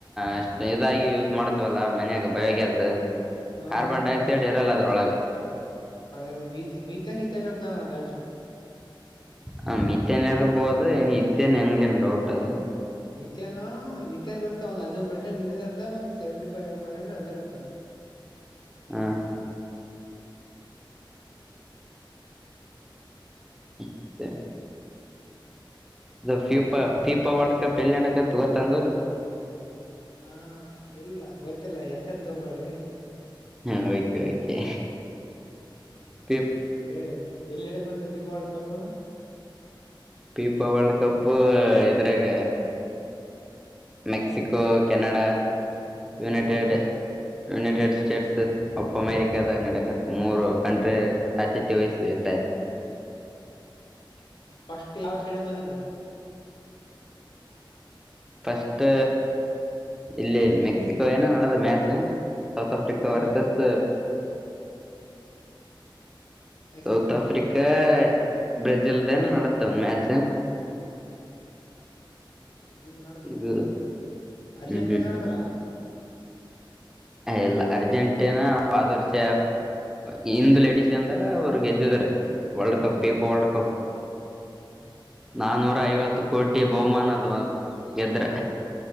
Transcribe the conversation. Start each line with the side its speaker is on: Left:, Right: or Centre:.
Centre: ಅಷ್ಟ್ ಇದಾಗಿ ಯೂಸ್ ಮಾಡ್ತೀವಲ್ಲ ಮನ್ಯಾಗ ಬಯ ಗ್ಯಾಸ್ ಸ
Left: ಹಾ
Centre: ಕಾರ್ಬನ್ ಡೈಆಕ್ಸೈಡ್ ಇರಲದು ಅದರೊಳಗೆ
Left: ಅದೇ ಅದೇ ಮ ಮತ ನೀತನೋ್ದ ಆಕ್ಷ
Centre: ಹ ಮತ್ತನ್ ಇರ್ಬೋದು ಇತ್ತನ್ ಹೆಂಗಗೆನ್ ಕೊದೆ
Left: ಮಿ್ಯಾ್ ಮಿಥ್ಯಾನ್ ಬರುತ್ತೆ ಒಂದ ಹದನೂರು ಪರ್ಸೆಂಟ್ ಮಿಸಾನಿ ಇರ್ತಾ ಒಂದು ಸೆವೆಂಟಿ ಫೈವ ಪರ್ಸೆಂಟ್ ಅದ ಇರ್ತ್ತ
Centre: ಹ್ಮ ಹಾ
Left: ಹ್ಮ್ ಹ್ಮ್ ಸೈನ್ಸ್
Centre: ಮತ್ತೆ
Left: ನ
Centre: ಇದು ಫೀಫಾ ಫೀಫಾ ವರ್ಲ್ಡ್ ಕಪ್ ಎಲ್ಲಿ ನಡಕ ತಗೊತ್ತ ಅಂದಲ್
Left: ಹಾ ಇಲ್ಲ ಗೊತ್ತಿಲ್ಲ ಹೆಸರ್ ತಗಬಾಡ್ರಿ
Centre: ಹ್ಮ್ ಓಕೆ ಓಕೆ ಪೀಪ್
Left: ಹ ಎಲ್ಲಿಡಕ್ಕಂತ ಪಿಪಾಳ್ ಕಪ್ಪ
Centre: ಪೀಪ ವರ್ಲ್ಡ್ ಕಪ್ಪು ಇದ್ರಾಗ Mexico Canada
Left: Mexico
Centre: United
Left: Canada
Centre: United States ಅಮೇರಿ ದಾಗ ನಡಕತ್
Left: ಯುನೈಟೆಡ್
Centre: ಮೂರು ಕಂಟ್ರಿ ಆದದಕ್ಕೆ ವಯಸ್ಸುವಯ ಸಾರ
Left: ಕಷ್ಟು ಯಾವ ಸೇಡಿಯ್ ನಡ
Centre: ಫಸ್ಟ್ ಇಲ್ಲಿ ಮೆಕ್ಸಿಕೋ ಏನೋ ನಡದ ಮ್ಯಾ ಸೌತ್
Left: ಮೆಕ್ಸಿಕೋದಾಗೆ
Centre: ಆಫ್ರಿಕಾ ವರ್ಸಸ್
Left: ಹ ಮೆಕ್ಸಿಕೋ
Centre: ಸೌತ್ ಆಫ್ರಿಕಾ ಬ್ರೆಜಿಲ್ದನು ನ್ದ ಒಂದು ಮ್ಯಾಚ್
Left: ಬ್ರೆಜಿಲ್ ನಡ್ದಾನ
Centre: ಈಗ
Left: ಅರ್ಜೆಂಟೀನಾ
Centre: ಹ್ಮ್
Left: ನಡ್ದಲ
Centre: ಇಲ್ಲ ಅರ್ಜೆಂಟೀನಾ ಆದ ವರ್ಷ ಹಂದು್ ಲಲೆಡಿಸ್ ಅಂದಾಗ ಅವರು ಗೆದ್ದಿದರು ವರ್ಲ್ಡ್ ಕಪ್ ಪೀಪ
Left: ಹ
Centre: ವರ್ಲ್ಡ್ ಕಪ್
Left: ಹ
Centre: ನಾನೂರು ನರ ಐವತ್ತು ಕೋಟಿ ಬಹುಮಾನದ ಗೆದ್ರೆ